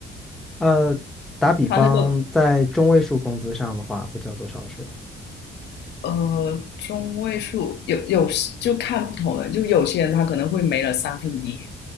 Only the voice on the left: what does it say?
他那个
呃中位数有有时就看不同的，就有些人他可能会没了三分一。